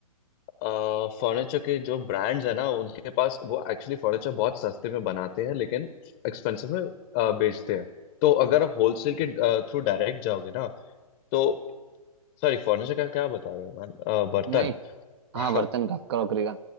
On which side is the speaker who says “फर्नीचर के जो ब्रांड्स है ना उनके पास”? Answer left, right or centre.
Left